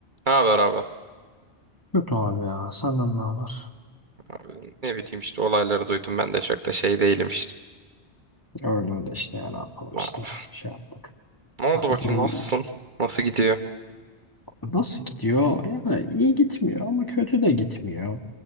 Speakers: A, on the right; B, on the left.
A: Ne haber abi?
B: Kötü abi ya. Senden ne haber?
A: Abi ne bileyim işte olayları duydum ben de çok da şey değilim işte.
B: Öyle öyle işte ya ne yapalım
A: Ne
B: işte
A: yap-
B: şey yaptık.
A: Ne oldu
B: Ha,
A: bakayım
B: durum
A: nasılsın? Nasıl gidiyor?
B: nasıl gidiyor? Yani iyi gitmiyor ama kötü de gitmiyor.